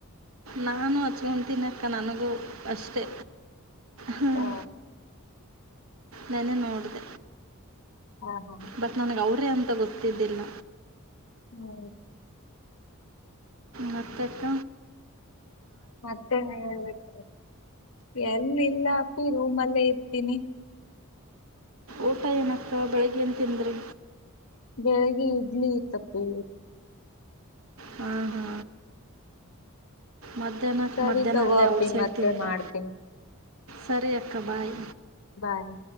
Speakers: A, on the right; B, on the left.
A: ನಾನು ಹಚ್ಕೊತಿನಕ್ಕ ನನಗೂ ಅಷ್ಟೆ. ಹ್ಮ್
B: ಆ,
A: ನನ್ನೆ ನೋಡ್ದ
B: ಆ, ಆ.
A: ಬಟ್ ನನಿಗ್ ಅವ್ ರೆ ಅಂತ ಗೊತ್ತಿದ್ದಿಲ್ಲ.
B: ಹ್ಮ್
A: ಮತ್ತೆಕ್ಕ
B: ಮತ್ತೆನ್ ಹೇಳ್ಬೇಕು ಎಲ್ಲಿಲ್ಲ. ರೂಮಲ್ಲೆ ಇರ್ತೀನಿ.
A: ಊಟ ಏನಕ್ಕ ಬೆಳಿಗ್ಗೆ ಏನ್ ತಿಂದ್ರಿ.
B: ಬೆಳಿಗ್ಗೆ ಇಡ್ಲಿ ಇತ್ತಪ್ಪಿ.
A: ಹ್ಮ ಹಾ ಮಧ್ಯಾಹ್ನಕ್
B: ಸರಿ
A: ಮಧ್ಯಾಹ್ನ
B: ತಗೋ
A: ಅಲ್ಲೇ
B: ಅಪ್ಪಿ
A: ಔಟ್ ಸೈಡ್
B: ಮತ್ತೆ
A: ತಿಂದೆ.
B: ಮಾಡ್ತೀನಿ
A: ಸರಿ ಅಕ್ಕ ಬಾಯ್
B: ಬಾಯ್